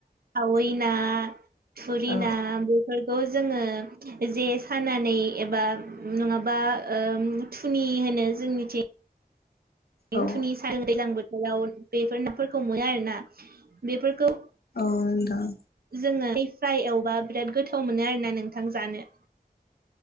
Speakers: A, on the right; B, on the left.
A: खावै ना, थुरि
B: औ
A: ना बेफोर थ' जोङो जे सानानै एबा नङाबा ओम थुनि होनो जोंनिथिं
B: औ
A: थुनि सा <unintelligible> दैज्लां बोथोराव बेफोर नाफोरखौ मोनो आरो ना। बेफोरखौ
B: औ नोंथां।
A: जोङो फ्राय एवबा बिराद गोथाव मोनो आरो ना नोंथां जानो।